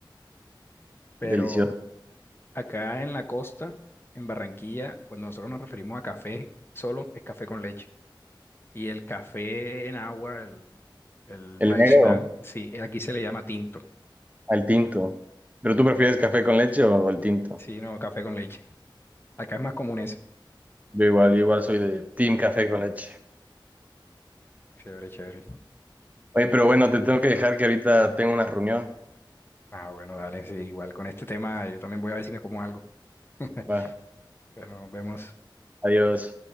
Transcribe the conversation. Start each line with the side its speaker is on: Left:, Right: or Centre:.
Left: Pero
Right: Delicioso.
Left: Acá en la costa, en Barranquilla, cuando nosotros nos referimos a café, solo es café con leche. Y el café en agua, el, el
Right: El
Left: tradicional,
Right: negro
Left: sí, eh, aquí se le llama tinto.
Right: al tinto. ¿Pero tú prefieres café con leche o el tinto?
Left: Sí, no, café con leche. Acá es más común ese.
Right: Yo igual, yo igual soy de team café con leche.
Left: Chévere, chévere.
Right: Oye, pero bueno, te tengo que dejar que ahorita tengo una reunión.
Left: Ah, bueno, dale, sí, igual con este tema yo también voy a ver si me como algo. <laughs>
Right: Va.
Left: Bueno, nos vemos.
Right: Adiós.